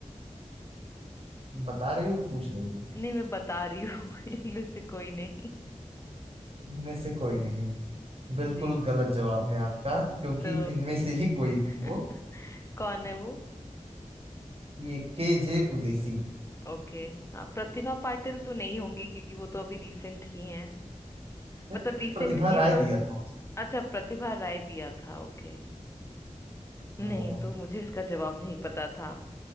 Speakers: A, on the right; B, on the left.
A: बता रही हो मैं पूछ रही हूँ
B: नहीं मैं बता रही हूँ <laughs> इनमें से कोई नहीं
A: इनमें से कोई नहीं बिल्कुल
B: <laughs> जी
A: गलत जवाब है आपका क्योंकि
B: तो
A: इनमें से ही कोई
B: <laughs>
A: है वो
B: कौन है वो
A: ये के जे उदेसी
B: ओके हाँ प्रतिभा पाटिल तो नहीं होंगी क्योंकि वो तो अभी रिसेंट की हैं
A: मैं-
B: मतलब
A: मैंने
B: रिसेंट
A: प्रतिभा
B: की
A: राय
B: तो
A: दिया था उसको।
B: अच्छा प्रतिभा राय दिया था ओके नहीं
A: हाँ
B: तो मुझे इसका जवाब नहीं पता था